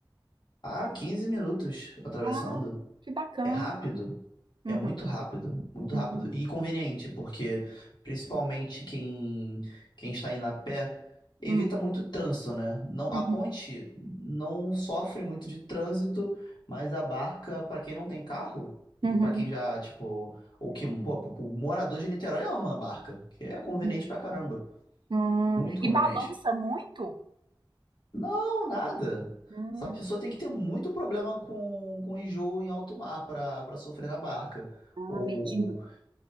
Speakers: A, on the left (about 60°); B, on the right (about 65°).
A: ah, 15 minutos atravessando.
B: Ah, que bacana.
A: É rápido,
B: Uhum,
A: é muito rápido, muito
B: uhum,
A: rápido. E conveniente, porque principalmente quem, quem está indo a pé evita
B: uhum,
A: muito trânsito, né? Não,
B: uhum,
A: a ponte não sofre muito de trânsito, mas a barca, para quem não tem carro, e
B: uhum.
A: para quem já, tipo, ou que, pô, o morador de Niterói ama a barca, que é conveniente
B: Hum,
A: pra caramba.
B: hum.
A: Muito
B: E
A: conveniente.
B: balança muito?
A: Não, nada.
B: Hum,
A: Essa pessoa tem que ter muito problema com, com enjoo em alto mar pra para sofrer na barca.
B: ah,
A: Ou,
B: medinho.